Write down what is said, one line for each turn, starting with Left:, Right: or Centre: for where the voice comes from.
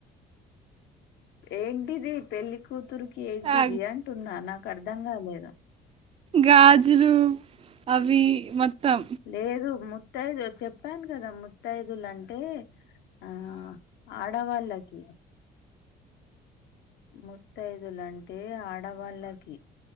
Left: ఏంటిది పెళ్లి కూతురుకి ఏంటిది
Right: ఆ,
Left: అంటున్నా నాకు అర్ధం కాలేదు
Right: గాజులు అవి మొత్తం
Left: లేదు ముత్తైదు చెప్పాను కదా ముత్తైదులు అంటే ఆ ఆడవాల్లకి ముత్తైదులు అంటే ఆడవాళ్ళకి